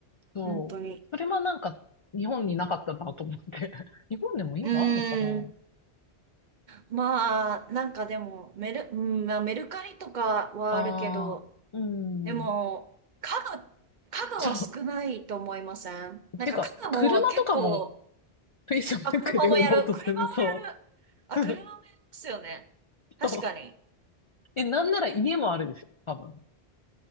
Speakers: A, on the left; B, on the right.
A: そう。
B: 本当に。
A: それはなんか、日本になかったなと思って。<laughs> 日本でも今あるのかな
B: うーん。まあ、なんかでも、メル、うん、まあ、メルカリとかはあるけど、
A: ああー、う
B: でも、
A: ん。
B: 家具、家具は少ないと思いませんなんか家具も結構、
A: そう。てか、車とかも Facebook
B: あ、車もやる、
A: で売ろうとする。
B: 車もやる、
A: そ
B: あ、
A: う。
B: 車もやりますよね。
A: <laughs>
B: 確かに。
A: そう。え、なんなら家もあるでしょ、多分。